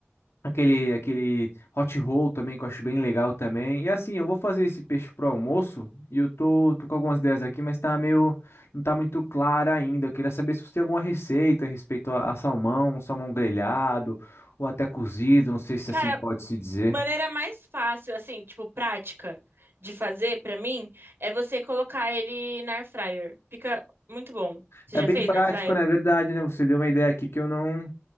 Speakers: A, on the left (about 65°); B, on the right (about 55°).
A: Aquele, aquele hot roll também, que eu acho bem legal também. E assim, eu vou fazer esse peixe pro almoço e eu tô, tô com algumas ideias aqui, mas tá meio, não tá muito clara ainda. Eu queria saber se você tem alguma receita a respeito a, a salmão, salmão grelhado ou até cozido, não sei se
B: Cara,
A: assim pode se dizer.
B: maneira mais fácil, assim, tipo, prática de fazer pra mim é você colocar ele na air fryer. Fica muito bom. Você
A: É
B: já
A: bem
B: fez
A: prático,
B: na air fryer?
A: na verdade, né? Você deu uma ideia aqui que eu não,